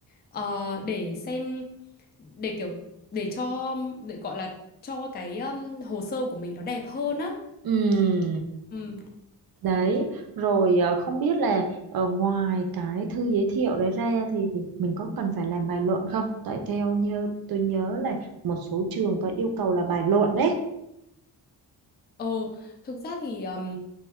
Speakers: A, on the left; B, on the right.
A: ờ, để xem để kiểu để cho để gọi là cho cái um, hồ sơ của mình nó đẹp hơn á
B: Ừ.
A: Ừ.
B: Đấy, rồi ờ, không biết là ờ, ngoài cái thư giới thiệu đấy ra thì thì mình có cần phải làm bài luận không? Tại theo như tôi nhớ là một số trường có yêu cầu là bài luận đấy,
A: Ồ, thực ra thì ừm,